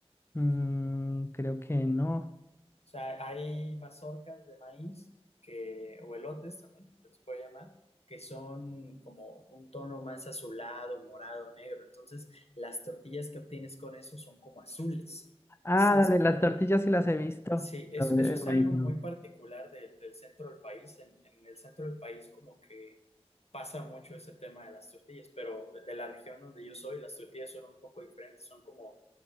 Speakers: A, on the left; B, on the left.
A: Mm, creo que no.
B: O sea, hay mazorcas de maíz que, o elotes también, se les puede llamar, que son como un tono más azulado, morado, negro. Entonces, las tortillas que obtienes con eso son como azules.
A: Ah,
B: Es
A: dale, las tortillas sí las he visto,
B: Sí, es-
A: pero el
B: eso
A: el
B: es
A: maíz
B: algo
A: no.
B: muy particular del, del centro del país. En, en el centro del país como que pasa mucho ese tema de las tortillas, pero de la región donde yo soy, las tortillas son un poco diferentes, son como,